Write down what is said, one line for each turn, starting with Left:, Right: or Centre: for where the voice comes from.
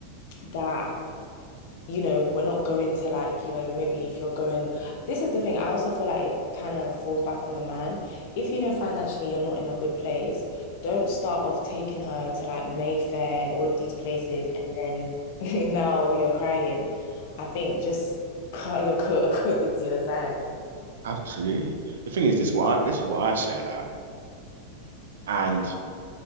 Left: that you know, we're not going to like, you know, maybe if you're going, this is the thing. I also feel like it kind of falls back on the man. If you know financially you're not in a good place, don't start off taking her to like Mayfair and all of these places and then <laughs> now you're crying. I think just cut your coat <laughs> according to your size.
Right: absolutely. The thing is, this is what I, this is what I say, like, and